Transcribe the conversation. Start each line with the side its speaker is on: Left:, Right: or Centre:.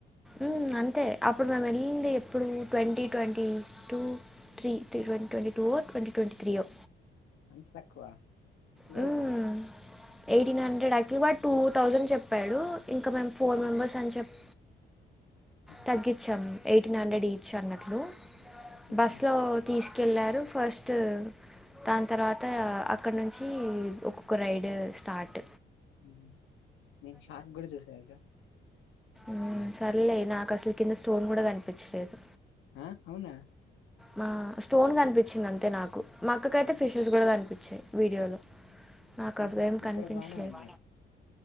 Centre: ఉమ్ అంతే అప్పుడు మేము వెళ్ళింది ఎప్పుడు twenty twenty two three twenty twenty two twenty twenty three యో
Left: అంత తక్కువ లేదే
Centre: మ్మ్ ఎయిటీన్ హండ్రెడ్ యాక్టువల్ గా టూ థౌజండ్ చెప్పాడు ఇంకా మేము ఫోర్
Left: ఆ!
Centre: మెంబెర్స్ అని చెప్
Left: హుహు.
Centre: తగ్గించాము ఎయిటీన్ హండ్రెడ్ ఈచ్ అన్నట్లు
Left: ఆహా!
Centre: బస్ లో తీస్ కేళ్ళారు ఫస్ట్ దాని తర్వాత అక్కడ నుంచి ఒక్కొక్క రైడ్ స్టార్ట్
Left: ఉమ్ హు నేను షార్క్ గూడ చూసా తెల్సా
Centre: ఉ సర్లే నాకు అసలు కింద స్టోన్ కూడా కనిపించలేదు
Left: ఆ అవునా
Centre: మా స్టోన్ కనిపించింది అంతే నాకు మా అక్కకైతే ఫిషెస్ కూడా కనిపించాయి వీడియోలో నాకు
Left: ఆహా
Centre: అవేం
Left: ఇక్కడ
Centre: కనిపించలేదు
Left: బానే ఉన్నాయి